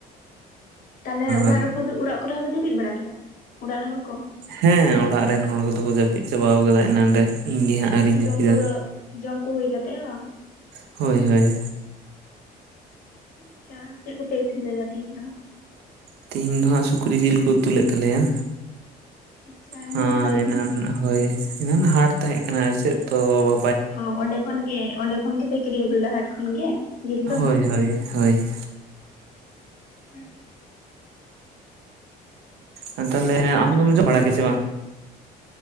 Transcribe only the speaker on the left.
ᱛᱟᱦᱚᱞᱮ ᱚᱲᱟᱜ
ᱨᱮᱠᱚ ᱚᱲᱟᱜ ᱠᱚᱨᱮ ᱦᱚᱸᱠᱚ ᱡᱟᱹᱯᱤᱫ ᱵᱟᱲᱟ ᱠᱮᱫᱟ? ᱚᱲᱟᱜ ᱨᱮᱱ ᱦᱚᱲ ᱠᱚ,
ᱡᱚᱢ
ᱠᱚᱫᱚ ᱡᱚᱢ ᱠᱚ ᱦᱩᱭ ᱠᱟᱛᱮᱜ ᱦᱟᱸ
ᱟᱪᱷᱟ ᱪᱮᱫ ᱠᱚᱯᱮ ᱤᱥᱤᱱ ᱞᱮᱫᱟ ᱛᱤᱦᱤᱧ ᱫᱚ?
ᱟᱪᱪᱷᱟ ᱟᱹᱰᱤ
ᱱᱟᱯᱟᱭ
ᱛᱚ
ᱚ ᱚᱸᱰᱮ ᱠᱷᱚᱱ ᱜᱮ ᱚᱸᱰᱮ ᱠᱷᱚᱱ ᱜᱮᱯᱮ ᱠᱤᱨᱤᱧ ᱜᱩᱞᱟ-ᱟ ᱦᱟᱴ ᱠᱷᱚᱱ ᱜᱮ? ᱡᱤᱞ
ᱫᱚ
ᱦᱮᱸ